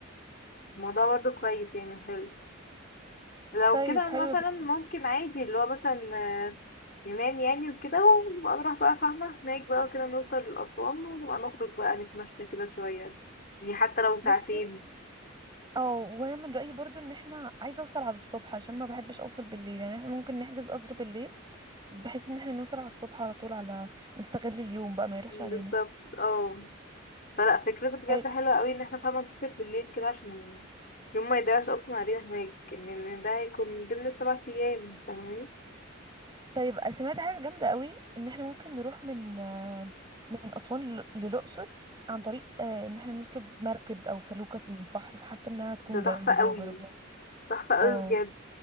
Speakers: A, on the left; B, on the right.
A: فالموضوع برضو كويس يعني حلو لو
B: طيب
A: كده
B: حلو
A: مثلا
B: جدا
A: ممكن عادي اللي هو مثلا آه، ننام يعني وكده ونبقى نروح بقى فاهمة هناك بقى وكده نوصل لأسوان ونبقى نخرج بقى نتمشى كده شوية يعني حتى لو ساعتين
B: بصي او وانا من رايي برضو ان احنا عايزه اوصل على الصبح عشان ما بحبش اوصل بالليل يعني احنا ممكن نحجز قدر بالليل بحيث ان احنا نوصل على الصبح على طول على نستغل اليوم بقى ما يروحش
A: بالظبط
B: علينا
A: اه فلا فكرته بجد
B: طيب
A: حلوة قوي ان احنا فعلا نسافر بالليل كده عشان يوم ما يضيعش اصلا علينا هناك ان إن ده هيكون من ضمن السبع ايام فاهماني
B: طيب سمعت حاجه جامده قوي ان احنا ممكن نروح من آه، من اسوان لل- للاقصر عن طريق آه، ان احنا نركب مركب او فلوكه في البحر فحاسه انها هتكون
A: ده تحفة
B: جامده
A: قوي
B: دي لو جربناها
A: تحفة قوي
B: اه
A: بجد